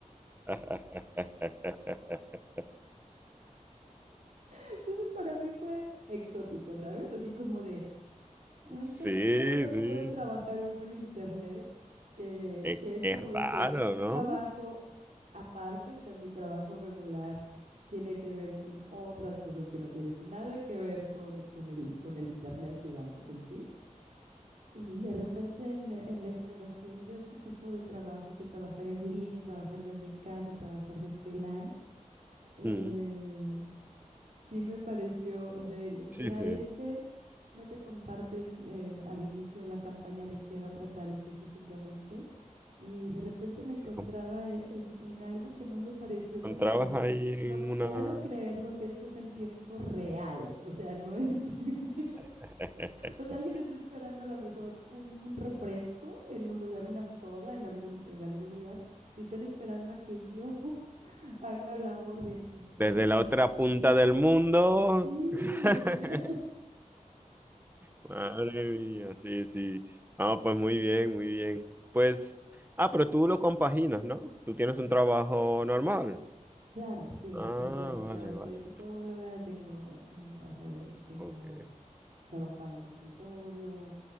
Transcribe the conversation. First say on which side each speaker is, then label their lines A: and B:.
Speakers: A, on the right; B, on the right.
A: <laughs>
B: Entonces para mí fue exótico, ¿sabes? Así como de cuántas
A: Sí,
B: cosas
A: sí.
B: puede trabajar uno en internet que,
A: Qué,
B: que es
A: qué
B: como
A: raro,
B: dices, un trabajo aparte, o sea, mi trabajo regular tiene que ver con otras cosas que no tienen nada que ver con, con el, con el internet, digamos, en sí. Y de repente en la, en la exploración de este tipo de trabajos, de trabajar en línea, trabajar desde casa, trabajar de freelance, eh,
A: ¿no?
B: sí me pareció, o sea, entré
A: Sí, sí,
B: a este, no te comparten eh, al inicio la campaña de qué va a tratar específicamente, y de repente me encontraba
A: sí, con-
B: e- en, en algo que más me pareció
A: encontrabas
B: como de,
A: ahí en
B: no
A: una...
B: puedo creerlo que esto es en tiempo real, o sea, no es, <laughs>
A: <laughs>
B: o sea, alguien está esperando a lo mejor un, un refresco en un lugar, una soda en algún, en algún lugar, y están esperando a que yo haga la orden. Yo, qué
A: Desde la otra
B: dios
A: punta del mundo.
B: sí,
A: <laughs>
B: o sea,
A: Madre mía, sí, sí. Ah, pues muy bien, muy bien. Pues, ah, pero tú lo compaginas, ¿no? Tú tienes un trabajo normal.
B: sí, claro, sí,
A: Ah,
B: sí, yo, yo
A: vale, vale.
B: soy psicóloga, tengo, tengo, o sea, de- tengo,
A: Ok.
B: trabajo para un consultorio,